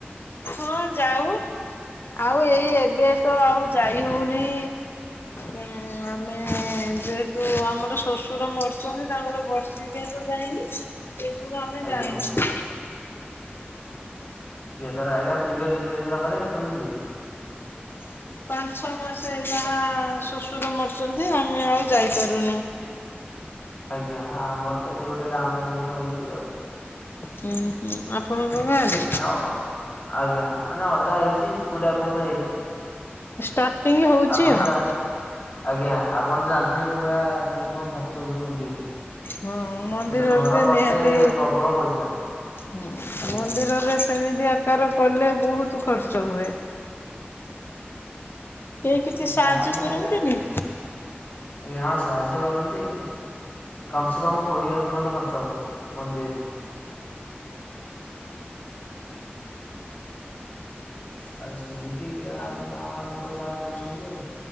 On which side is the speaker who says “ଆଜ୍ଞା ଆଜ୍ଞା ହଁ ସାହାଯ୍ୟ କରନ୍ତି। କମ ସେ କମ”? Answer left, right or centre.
Left